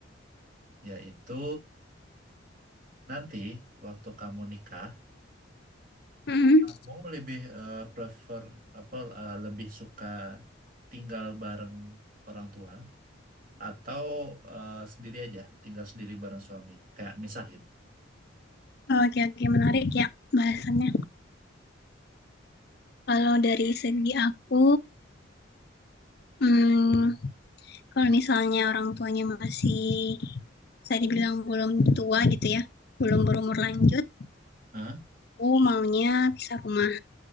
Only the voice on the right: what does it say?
yaitu nanti waktu kamu nikah,
kamu lebih eh, prefer apa eh, lebih suka tinggal bareng orang tua atau eh, sendiri aja tinggal sendiri bareng suami kayak misah gitu
Hah?